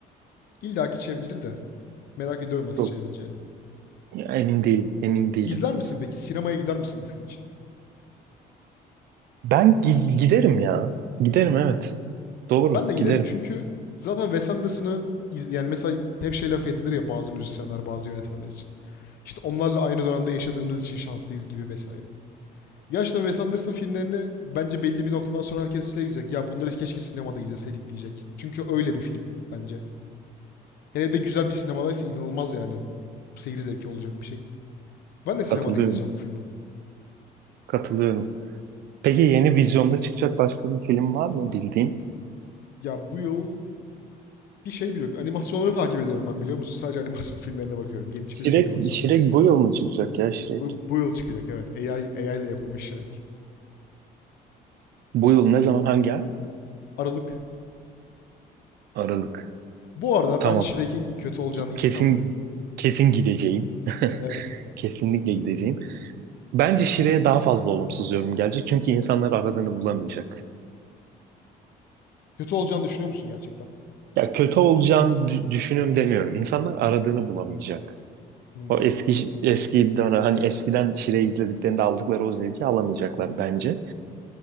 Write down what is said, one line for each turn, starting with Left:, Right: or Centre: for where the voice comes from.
Left: İlla ki çevrilir de merak ediyorum nasıl
Right: Çok.
Left: çevrileceğini.
Right: Ya, Emin değilim, emin değilim.
Left: İzler misin peki? Sinemaya gider misin bu film için?
Right: Ben gi- giderim ya. Giderim evet. Doğru,
Left: Ben de giderim
Right: giderim.
Left: çünkü zaten Wes Anderson'ı izleyen yani mesela hep şey laf edilir ya bazı müzisyenler, bazı yönetmenler için. İşte onlarla aynı dönemde yaşadığımız için şanslıyız gibi vesaire. Gerçekten Wes Anderson filmlerini bence belli bir noktadan sonra herkes şey diyecek. Ya bunları keşke sinemada izleseydik diyecek. Çünkü öyle bir film bence. Hele de güzel bir sinemadaysa inanılmaz yani. Seyir zevki olacak bir şey. Ben de
Right: Katılıyorum,
Left: sinemada izleyeceğim bu filmi.
Right: katılıyorum. Peki yeni vizyonda çıkacak başka bir film var mı bildiğin?
Left: Ya bu yıl Bir şey biliyorum. Animasyonları takip ediyorum ben biliyor musun? Sadece animasyon <laughs> filmlerine bakıyorum. Yeni çıkacak
Right: Şirek,
Left: animasyonlara.
Right: Şirek bu yıl mı çıkacak ya Şirek?
Left: Bu, bu yıl çıkacak evet. AI, AI ile yapılmış Shrek.
Right: Bu yıl ne zaman hangi ay?
Left: Aralık.
Right: Aralık.
Left: Bu arada
Right: Tamam.
Left: ben Shrek'in kötü olacağını
Right: Ki-
Left: hiç
Right: Kesin
Left: sanmıyorum.
Right: kesin gideceğim. <laughs>
Left: Evet.
Right: Kesinlikle gideceğim. Bence Şire'ye daha fazla olumsuz yorum gelecek. Çünkü insanlar aradığını bulamayacak.
Left: Kötü olacağını düşünüyor musun gerçekten?
Right: Ya kötü olacağını dü- düşünüyorum demiyorum. İnsanlar aradığını bulamayacak.
Left: Hmm,
Right: O eski eski dönem hani eskiden Shrek izlediklerinde aldıkları o zevki alamayacaklar bence.